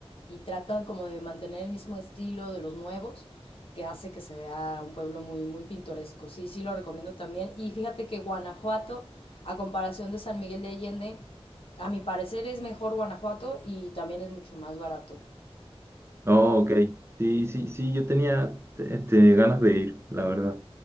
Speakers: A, on the left; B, on the right.
A: y tratan como de mantener el mismo estilo de los nuevos que hace que se vea un pueblo muy muy pintoresco. Sí, sí lo recomiendo también y fíjate que Guanajuato a comparación de San Miguel de Allende, a mi parecer es mejor Guanajuato y también es mucho más barato.
B: Oh, ok. Sí, sí, sí, yo tenía este, ganas de ir, la verdad.